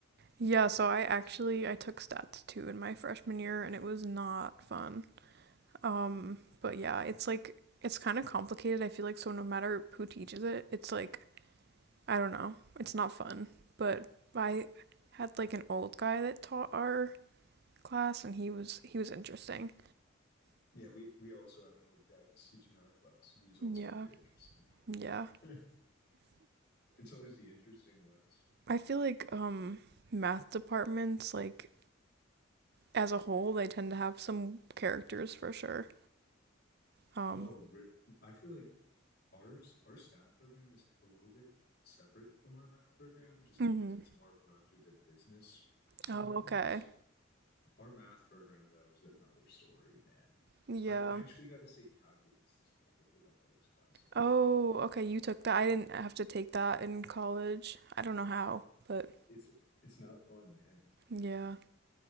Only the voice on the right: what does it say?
Yeah, so I actually I took stats too in my freshman year and it was not fun. Um, but yeah, it's like it's kind of complicated. I feel like so no matter who teaches it, it's like I don't know. It's not fun. But I had like an old guy that taught our class and he was he was interesting.
Yeah.
Yeah.
I feel like um math departments like as a whole they tend to have some characters for sure. Um
hmm
Oh,
okay.
Yeah.
Oh,
okay, you took that. I didn't have to take that in college. I don't know how, but
yeah.